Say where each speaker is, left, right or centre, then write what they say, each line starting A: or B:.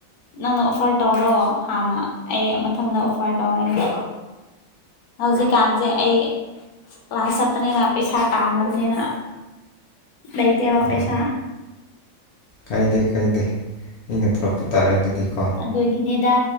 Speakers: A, on the left; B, on the left.
A: ꯅꯪꯅ ꯑꯣꯐꯔ ꯇꯧꯔꯣ ꯍꯥꯟꯅ ꯑꯩ ꯃꯊꯪꯗ ꯑꯣꯐꯔ ꯇꯧꯔꯦꯅꯦ ꯍꯧꯖꯤꯛꯀꯥꯟꯁꯦ ꯑꯩ ꯀ꯭ꯂꯥꯁ ꯆꯠꯄꯅꯤꯅ ꯄꯩꯁꯥ ꯄꯥꯝꯅꯕꯅꯤꯅ ꯂꯩꯩꯇꯕ
B: ꯎꯝ
A: ꯄꯩꯁꯥ
B: ꯀꯥꯏꯗꯦ ꯀꯥꯏꯗꯦ ꯑꯩꯅ ꯄꯨꯔꯛꯄ ꯇꯥꯔꯦ ꯑꯗꯨꯗꯤ ꯀꯣ
A: ꯑꯗꯨꯗꯒꯤꯅꯤꯗ